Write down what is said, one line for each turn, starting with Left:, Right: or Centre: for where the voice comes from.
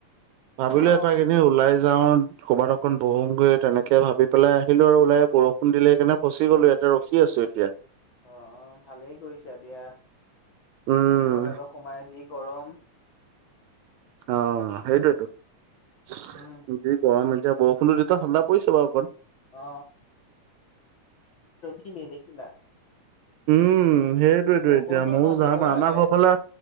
Right: ভাবিলো
Left: অ
Right: এপাক এনে ওলাই যাওঁ। ক'ৰবাত অকন বহুমগৈ তেনেকে ভাবি পেলাই আহিলো আৰু ওলাই বৰষুণ দিলে সেইকাৰণে ফচি গ'লো এয়াতে ৰখি আছো। আছো এতিয়া।
Left: অ ভালেই কৰিছা দিয়া
Right: উম
Left: এনেও ঘৰত অলপ সোমাই যি গৰম।
Right: অ সেইটোটো যি
Left: উম
Right: গৰম। এতিয়া বৰষুণ এ ঠাণ্ডা পৰিছে বাৰুকণ।
Left: অ কিনি নেদেখিলা।
Right: উম উ সেইটোয়েতো
Left: বৰষুণতো
Right: এতিয়া ময়ো
Left: অকণ
Right: যাম
Left: দিব
Right: আমাৰ
Left: লাগে
Right: ঘৰ ফালে